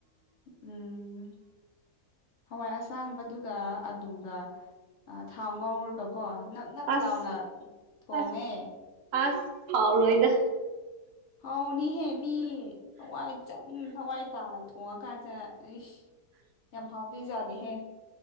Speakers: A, on the left; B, on the right.
A: ꯎꯝ ꯍꯋꯥꯏ ꯑꯁꯥꯡꯕꯗꯨꯒ ꯑꯗꯨꯒ ꯊꯥꯎ ꯉꯧꯔꯒꯀꯣ ꯅꯞ ꯅꯞ
B: ꯑꯁ
A: ꯂꯥꯎꯅ ꯊꯣꯡꯉꯦ
B: ꯑꯁ ꯑꯁ ꯐꯥꯎꯔꯣ ꯏꯗ
A: ꯍꯥꯎꯅꯤꯍꯦ ꯃꯤ ꯍꯋꯥꯏ ꯆꯪ ꯊꯋꯥꯏ ꯇꯥꯅ ꯊꯣꯡꯉꯀꯥꯟꯁꯤꯗ ꯑꯩꯁ ꯌꯥꯝ ꯍꯥꯎꯗꯣꯏꯖꯥꯠꯅꯤꯍꯦ